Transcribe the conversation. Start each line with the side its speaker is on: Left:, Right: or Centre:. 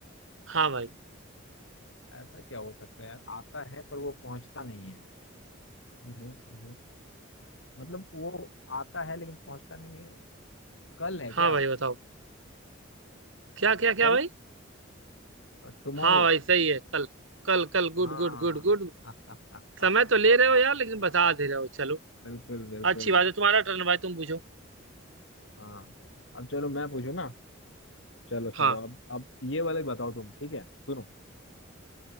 Right: हाँ भाई
Left: ऐसा क्या हो सकता है यार आता है पर वो पहुंचता नहीं है हम्म, हम्म, हम्म। मतलब वो आता है लेकिन पहुंचता नहीं है कल है क्या
Right: हाँ भाई बताओ क्या क्या क्या
Left: कल
Right: भाई
Left: टुमारो
Right: हाँ भाई सही है कल कल कल गुड
Left: हाँ
Right: गुड गुड गुड
Left: <laughs>
Right: समय तो ले रहे हो यार लेकिन बता दे रहे हो चलो
Left: बिल्कुल बिल्कुल
Right: अच्छी बात है तुम्हारा टर्न भाई तुम पूछो
Left: हाँ अब चलो मैं पूछू ना चलो
Right: हाँ
Left: चलो अब अब ये वाले बताओ तुम ठीक है सुनो